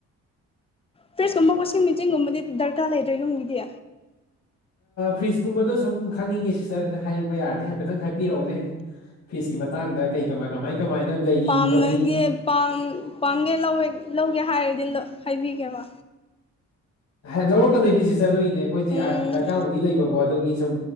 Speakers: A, on the left; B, on the left.
A: ꯐ꯭ꯔꯤꯖꯀꯨꯝꯕ ꯋꯥꯁꯤꯡ ꯃꯦꯆꯤꯟꯒꯨꯝꯕꯗꯤ ꯗꯔꯀꯥꯔ ꯂꯩꯇꯔꫭ ꯌꯨꯝꯒꯤꯗꯤ
B: ꯐꯖꯀꯨꯝꯕꯗꯥ ꯁꯨꯝ ꯈꯪꯅꯤꯡꯉꯦ ꯁꯤꯁꯇꯔ ꯍꯥꯏꯕ ꯌꯥꯔꯗꯤ ꯍꯥꯏꯐꯦꯠꯇꯪ ꯍꯥꯏꯕꯤꯔꯛꯎꯅꯦ ꯐꯤꯁ ꯀꯤ ꯃꯇꯥꯡꯗ ꯀꯩ ꯀꯃꯥꯏ ꯀꯃꯥꯏ ꯀꯃꯥꯏꯅ ꯂꯩꯔꯤ
A: ꯄꯥꯝꯃꯒꯦ
B: ꯈꯣꯠꯂꯤ
A: ꯄꯥꯝꯒꯦ ꯂꯧ ꯂꯧꯒꯦ ꯍꯥꯏ ꯗꯤꯜꯂ ꯍꯥꯏꯕꯤꯒꯦꯕ
B: ꯍꯥꯏ ꯂꯧꯔꯛꯀꯗꯣꯏꯅꯤ ꯁꯤꯁꯇ ꯑꯗꯨꯒꯤꯅꯦ ꯑꯩꯈꯣꯏꯗ
A: ꯎꯝ
B: ꯗꯔꯀꯥꯔꯕꯨꯗꯤ ꯂꯩꯕꯀꯣ ꯑꯗꯒꯤ ꯁꯨꯝ